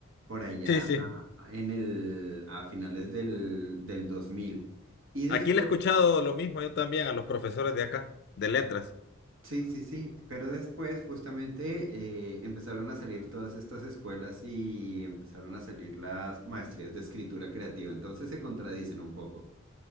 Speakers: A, on the right; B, on the left.
A: por allá
B: Sí, sí.
A: en el a finales del del dos mil Y después
B: Aquí le he escuchado lo mismo yo también a los profesores de acá, de letras.
A: Sí, sí, sí, pero después justamente eh, empezaron a salir todas estas escuelas y empezaron a salir las maestrías de escritura creativa, entonces se contradicen un poco.